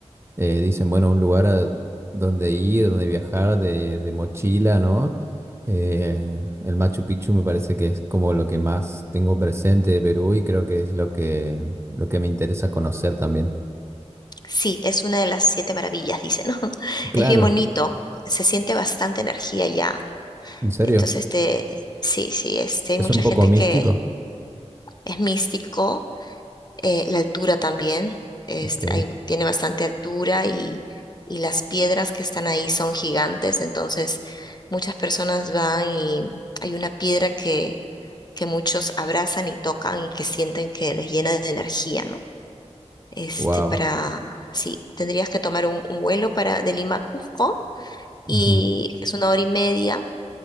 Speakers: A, on the right (about 20°); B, on the left (about 35°).
A: eh, dicen, bueno, un lugar a donde ir, donde viajar de, de mochila, ¿no? Eh, el Machu Picchu me parece que es como lo que más tengo presente de Perú y creo que es lo que, lo que me interesa conocer también.
B: sí, es una de las siete maravillas, dicen, ¿no? <laughs>
A: Claro,
B: Es bien bonito, se siente bastante energía allá
A: en serio,
B: Entonces, este, sí, sí, este, hay
A: es
B: mucha
A: un poco
B: gente
A: místico.
B: que es místico, eh, la altura también, este,
A: Ok,
B: hay- tiene bastante altura y, y las piedras que están ahí son gigantes, entonces muchas personas van y hay una piedra que, que muchos abrazan y tocan y que sienten que les llena de energía, ¿no? Este,
A: wow.
B: para, sí, tendrías que tomar un, un vuelo para, de Lima a Cusco
A: Ujú.
B: y es una hora y media